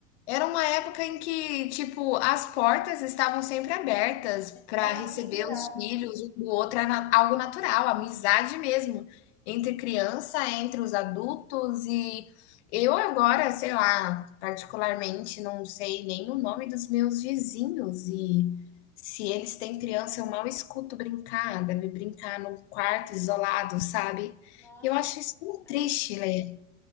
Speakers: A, on the left; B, in the centre.
A: Era uma época em que, tipo, as portas estavam sempre abertas para
B: Era
A: receber
B: natural.
A: os filhos um do outro, era na- algo natural, amizade mesmo, entre criança, entre os adultos, e eu agora, sei lá, particularmente, não sei nem o nome dos meus vizinhos, e se eles têm criança, eu mal escuto brincar, deve brincar num quarto isolado, sabe?
B: Nossa,
A: E Eu acho isso tão
B: verdade.
A: triste, Lê.